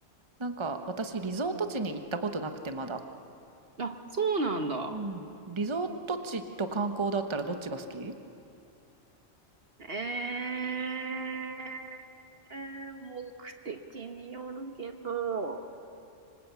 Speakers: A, on the right; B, on the right.
A: なんか私リゾート地に行ったことなくてまだ。
B: あ、そうなんだ。
A: うん。リゾート地と観光だったらどっちが好き
B: えー、目的によるけど、